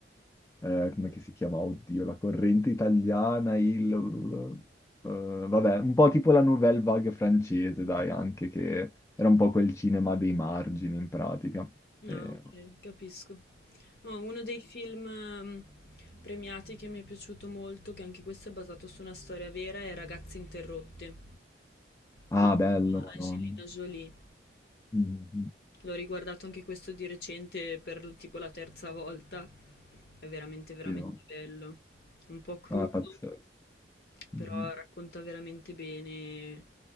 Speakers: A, on the left; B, on the left.
A: eh, come che si chiama? Oddio, la corrente italiana, il... eh, vabbè, un po' tipo la Nouvelle Vague francese, dai, anche che era un po' quel cinema dei margini in pratica. E-
B: Ah, ok, capisco. No, uno dei film ehm, premiati che mi è piaciuto molto, che anche questo è basato su una storia vera, è Ragazze interrotte
A: Ah,
B: con
A: bello, Madonna.
B: Angelina Jolie.
A: Mhm.
B: L'ho riguardato anche questo di recente per tipo la terza volta. È veramente, veramente
A: Sì, no.
B: bello. Un po' crudo
A: Ah, è pazzesco. Mhm.
B: però racconta veramente bene